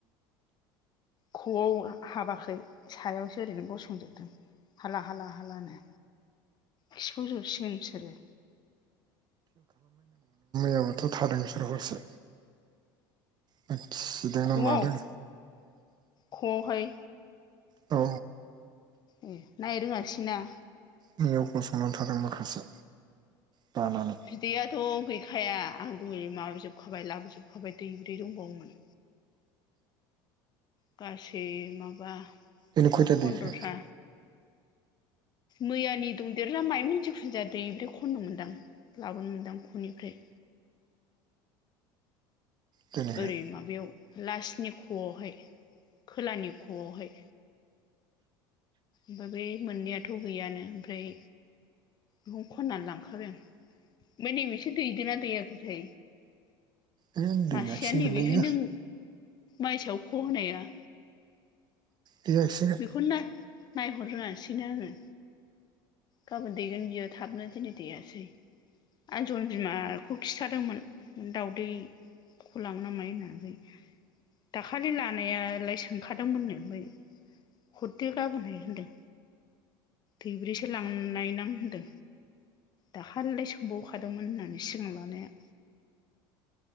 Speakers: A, on the left; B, on the right.
A: ख'आव हाबाखै सायावसो ओरैनो गसंजोबदों हाला हाला हाालानो खिफब जोबसिगोन बिसोरो
B: बेयावनोथ' थादों बिसोर हरसे खिदोंना
A: ख'आव
B: मादों
A: खवावहाय
B: औ।
A: ए नायनो रोङाखिसैना
B: नियाव गसंना थादों माखासे बानानै
A: बिदैआथ' गैखाया आं दहै माबाजोबखाबाय लाबोजोबखाबाय दैब्रै दंबावोमोन। गासै माबा
B: बेलाय खयथा
A: फन्द्रथा
B: दैखो
A: मैयानि दंदेरोना मायोमोन जिखुनुखजाया दैब्रै खननो मोनदां लाबोनो मोनदां ख'निफ्राय
B: दिनैहाय
A: ओरै माबायाव लासनि ख'हाय खोलानि ख'वावहाय ओमफाय बे मोननैआथ' गैयानो ओमफ्राय न' आव खन्नानै लांखाबाय आं। मैदो मोनसे दैदो ना दैयाखै? है
B: नै दैयाखिसै
A: मासेया नैबेहाय
B: गोलै
A: नों माइसायाव आव ख' होनाया
B: दैगासिनो
A: बेखौनो नायहर रोंआसैनो आङो। गाबोन दैगोन बियो थाबनो दिनै दैयासै आं जन बिमाखौ खिथादोंमोन दाउदैखौ लाङो ना मायो होननानै ओमफ्राय दाखालि लानायालाय सोंखादोंमोननो ओमफ्राय हरदो गाबोनहाय होनदों दैब्रै स स लांनायनां होनदों दाखालिलाय सोंबावखादोंमोन होननानै सिगां लानाया